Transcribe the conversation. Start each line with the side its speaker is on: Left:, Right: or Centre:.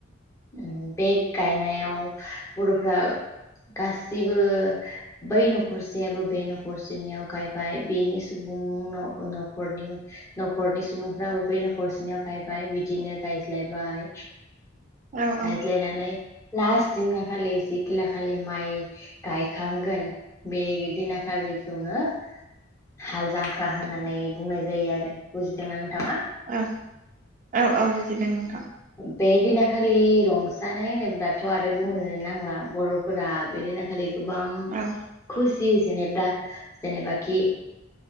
Left: ओ बे गायनायाव बरफ्रा गासिबो बै न'खरसेयाबो बे न'खरसेनियाव गायबाय बेनि सुब नों नो न'खरनि न'खरनि सुबुंफ्राबो बै न'खरसेनियाव गायबाय बिदिनो गाय लायबाय
Right: औ औ
Left: गायज्लायनानै लास्ट दिनखा खालि जिखिला खालि माइ गायखांगोन बे दिना खालिखौनो हाल जांख्रा होननानै बुंनाय जायो आरो बुजिदोंना नोंथाङा
Right: ओं औ औ बुजिदों नोंथां।
Left: बे दिनाखालि रंजानाय होनोब्लाथ' आरो बुंनोनो नांला बर'फोरा बे दिनाखालि गोबां
Right: औ
Left: खुसि जि जेनेबा जेनेबाखि